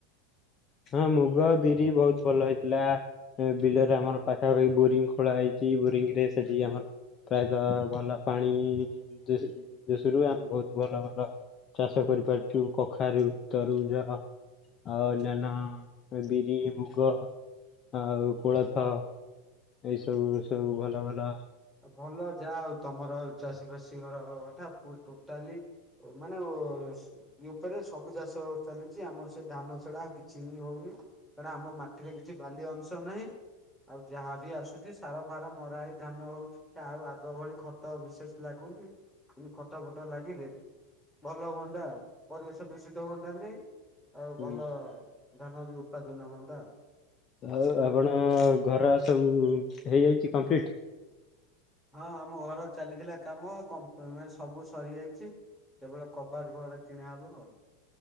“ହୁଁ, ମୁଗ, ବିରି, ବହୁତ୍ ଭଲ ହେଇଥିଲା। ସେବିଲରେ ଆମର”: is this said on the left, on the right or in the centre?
Left